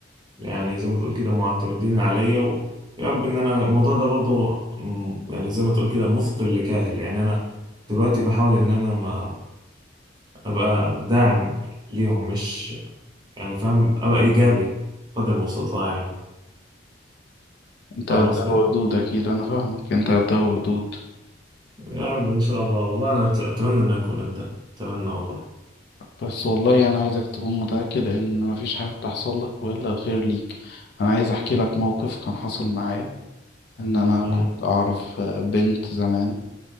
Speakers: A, on the right (about 25°); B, on the left (about 55°).
A: يعني زي ما تقول كده معتمدين عليا ويا رب ان انا الموضوع ده برضه مم، يعني زي ما تقول كده مثقل لكاهل يعني انا دلوقتي بحاول ان انا ما ابقى داعم ليهم مش يعني فاهم ابقى ايجابي قدر المستطاع يعني
B: انت
A: فاهم
B: ده
A: قصدي؟
B: ودود اكيد انا فاهمك انت ده ودود
A: يا رب ان شاء الله والله انا أت- اتمنى ان اكون قدها اتمنى والله
B: بس والله انا عايزك تكون متأكد ان مفيش حاجة بتحصل لك والا الخير ليك انا عايز احكي لك موقف كان حصل معايا ان انا
A: امم
B: كنت اعرف بنت زمان